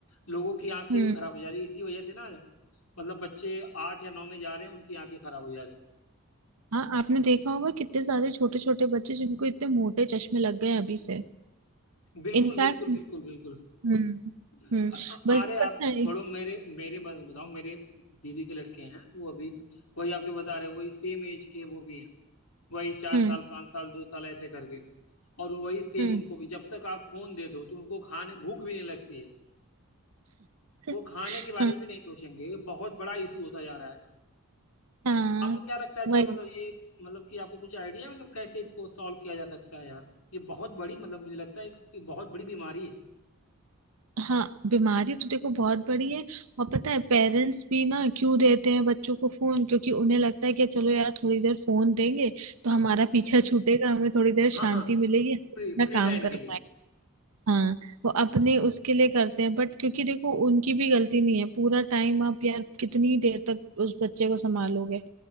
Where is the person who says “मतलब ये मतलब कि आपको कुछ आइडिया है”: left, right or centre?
Left